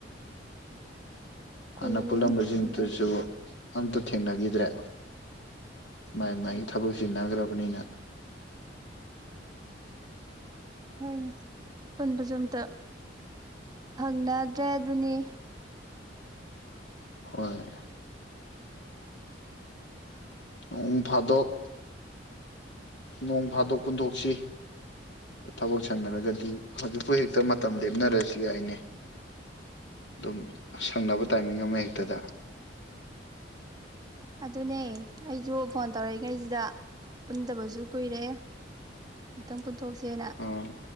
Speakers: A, on the right; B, on the left.
A: ꯀꯨꯏꯔꯦꯅꯦ
B: ꯍꯥꯟꯅ ꯄꯨꯜꯂꯝꯕꯁꯤꯡ
A: ꯎꯅ
B: ꯇꯁꯨ ꯑꯝꯇ ꯊꯦꯡꯅꯈꯤꯗ꯭ꯔꯦ ꯃꯥꯏ ꯃꯥꯏꯒꯤ ꯊꯕꯛ ꯁꯤꯖꯤꯟꯅꯈ꯭ꯔꯕꯅꯤꯅ
A: ꯍꯣꯏꯅꯦ ꯄꯨꯟꯕꯁꯨ ꯑꯝꯇ ꯐꯪꯅ ꯇ꯭ꯔꯦ ꯑꯗꯨꯅꯤ
B: ꯍꯣꯏ ꯅꯣꯡ ꯐꯥꯗꯣꯛ ꯅꯣꯡ ꯐꯥꯗꯣꯛ ꯄꯨꯟꯊꯣꯛꯁꯤ ꯊꯕꯛ ꯁꯪꯅꯔꯒꯗꯤ ꯍꯧꯖꯤꯛꯄꯨ ꯍꯦꯛꯇ ꯃꯇꯝ ꯂꯦꯞꯅꯔꯁꯤꯒ ꯑꯩꯅꯦ ꯑꯗꯨꯝ ꯁꯪꯅꯕ ꯇꯥꯏꯃꯤꯡ ꯑꯃ ꯍꯦꯛꯇꯗ
A: ꯑꯗꯨꯅꯦ ꯑꯩꯁꯨ ꯐꯣꯟ ꯇꯧꯔꯛꯏꯉꯩꯁꯤꯗ ꯄꯨꯟꯗꯕꯁꯨ ꯀꯨꯏꯔꯦ ꯑꯇꯪ ꯄꯨꯟꯊꯣꯛꯁꯦꯅ
B: ꯑꯥ